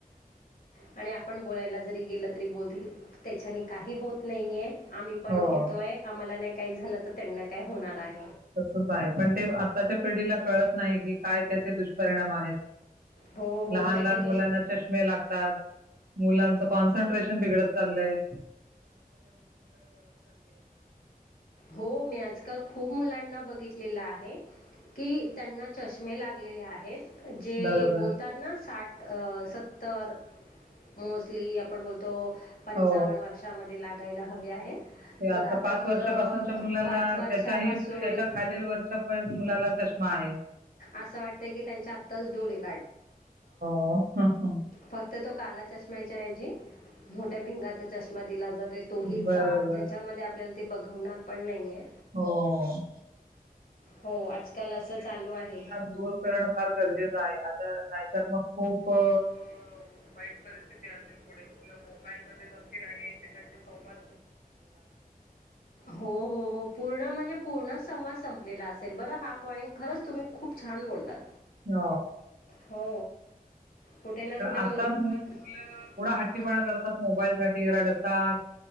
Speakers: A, on the left; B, on the right.
A: आणि आपण बोलायला जरी गेल तरी बोलतील त्याच्याने काही होत नाहीये आम्ही पण
B: हो
A: घेतोय आम्हाला नाही काही झालं तर त्यांना काय होणार आहे.
B: तसच आहे पण ते आत्ताच्या पिढीला कळत नाही की काय त्याचे दुष्परिणाम आहेत.
A: हो हो.
B: लहान
A: त्याचे
B: लहान
A: दोष
B: मुलांना चष्मे लागतात मुलांच कॉन्सन्ट्रेशन बिघडत चाललय.
A: हो मी आजकाल खूप मुलांना बघितलेलं आहे की त्यांना चष्मे लागलेले आहेत. जे
B: बरोबर
A: बोलतात ना साठ अ सत्तर मोस्टली आपण बोलतो. पंचावन्न
B: हो
A: वर्षामध्ये लागायला हवे आहेत.
B: ते
A: तर आता
B: पाच
A: मुलं
B: वर्षापासूनच्या मुलाला
A: पाच वर्षा
B: त्याच्याही
A: पासून
B: त्याच्या खालील वर्षा मुलाला चष्मा आहे
A: असं वाटतय की त्यांच्या आत्ताच डोळेत
B: <unintelligible>
A: फक्त तो काला चष्म्याच्या ऐवजी- मोठ्या भिंगाचा चष्मा दिला जातो तोही
B: बरोबर
A: जाड ज्याच्यामध्ये आपल्याला ते बघवणार पण नाहीये.
B: हो वो.
A: हो आजकाल असं चालू आहे.
B: दूर करणं फार गरजेचं आहे आता नाहीतर मग अ,
A: खूप वाईट परिस्थिती असेल, पुढे मुुलं मोबाईल मध्ये असतील आणि एकमेकांची संवा- हो हो हो पूर्ण म्हणजे पूर्ण संवाद संपलेला. बरहा पॉईंट खरच! तुम्ही खूप छान बोललात.
B: ह
A: हो कुठे ना कुठे
B: आताच
A: असतात मुलं एवढा
B: हट्टीपणा
A: हा
B: करतात मोबाईलसाठी रडतात.